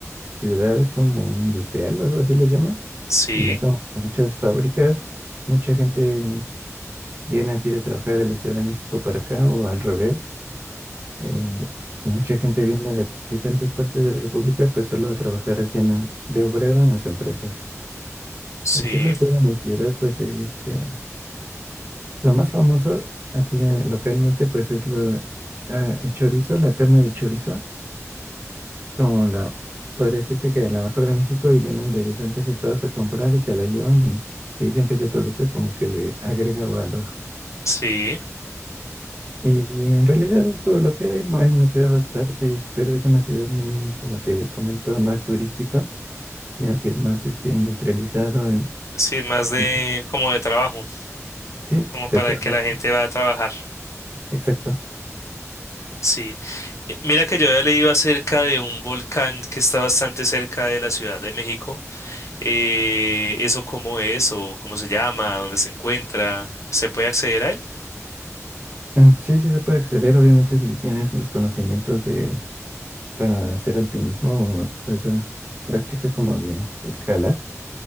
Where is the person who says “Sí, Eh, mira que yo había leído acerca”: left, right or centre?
Left